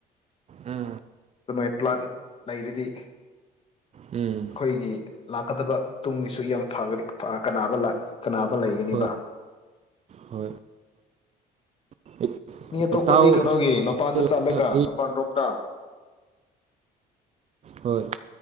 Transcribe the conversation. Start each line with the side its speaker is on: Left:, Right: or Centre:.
Right: ꯎꯝ
Left: ꯑꯗꯨꯃꯥꯏ ꯄ꯭ꯂꯥꯟ ꯂꯩꯔꯗꯤ
Right: ꯎꯝ
Left: ꯑꯈꯣꯏꯒꯤ ꯂꯥꯛꯀꯗꯕ ꯇꯨꯡꯒꯤꯁꯨ ꯌꯥꯝ ꯐꯒꯅꯤ ꯐ ꯑ ꯀꯅꯥꯕ ꯂꯥꯛ ꯀꯅꯥꯕ ꯂꯩꯒꯅꯤꯕ
Right: ꯍꯣꯏ ꯍꯣꯏ ꯍꯣꯏ
Left: ꯃꯤ ꯑꯇꯣꯞꯄꯗꯤ
Right: ꯏꯇꯥꯎ
Left: ꯀꯩꯅꯣꯒꯤ ꯃꯄꯥꯟꯗ
Right: ꯍꯣꯏ
Left: ꯆꯠꯂꯒ ꯃꯄꯥꯟ ꯔꯣꯝꯗ
Right: ꯍꯣꯏ